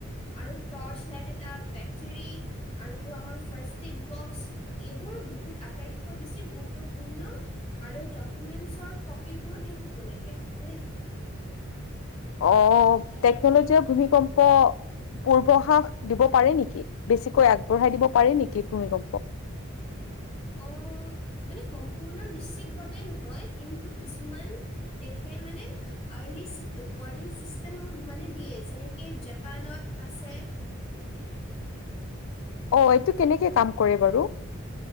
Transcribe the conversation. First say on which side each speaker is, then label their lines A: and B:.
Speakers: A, on the left; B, on the left.
A: আৰু টৰ্চ লাইট এটা বেটৰী। আৰু আমাৰ ফাৰ্ষ্ট টেড বক্স এইবোৰ বহুত আটাইতকৈ বেছি গুৰুত্ব পূৰ্ণ আৰু ডকুমেন্টচৰ কপিবোৰো থাকিব লাগে হয়।
B: অ অ টেকনলজিয়ে ভূমিকম্প। পূৰ্ব হ্ৰাস দিব পাৰে নেকি? বেছিকৈ আগবঢ়াই দিব পাৰি নেকি ভূমিকম্প?
A: অ মানে সম্পূৰ্ণ নিশ্চিতভাৱে নহয়, কিন্তু কিছুমান। দেখে মানে আৰ্লি ৱাৰ্ণিং চিষ্টেম মানে দিয়ে যেনেকে জাপানত। আছে।
B: অ এইটো কেনেকে কাম কৰে বাৰু?